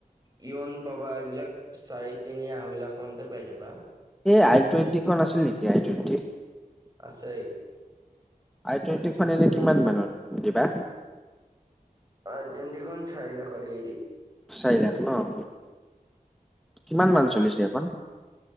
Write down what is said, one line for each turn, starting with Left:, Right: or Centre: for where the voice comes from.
Right: ইয়ন পাবা, এইবিলাক চাৰি তিনি আঢ়ৈ লাখ মানতে পাই যাবা।
Centre: এই আই টুৱেটিখন আছিল নেকি, আই টুৱেণ্টি?
Right: আছেই।
Centre: আই টুৱেণ্টি খন এনে, কিমান মানত দিবা?
Right: অঁ, ট্ৰুৱেন্টিখন চাৰি লাখত এৰি দিম।
Centre: চাৰি লাখ ন', কিমান মান চলিছে এইখন?